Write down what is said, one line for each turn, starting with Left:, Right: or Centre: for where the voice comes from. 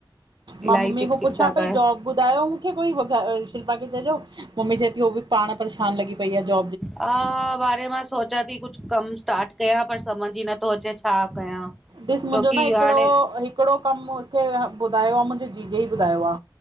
Right: मां
Centre: इलाही
Right: मम्मी
Centre: चिक
Right: खां
Centre: चिक
Right: पुछां
Centre: था
Right: पई
Centre: कनि
Right: जॉब ॿुधायो मुखे कोई शिल्पा खे चईंजो मम्मी चएती हो भी पाण परेशान लॻी पई आहे जोब
Centre: हा बांरह मास सोचियां थी कुछ कम स्टार्ट कयां पर समझ ही नथो अचे छा कयां।
Right: ॾिस मुंजो
Centre: छोकी
Right: न हिकिड़ो
Centre: हाणे
Right: हिकिड़ो कम मूंखे ॿुधायो आहे मुंहिंजे जीजे ही ॿुधायो आ।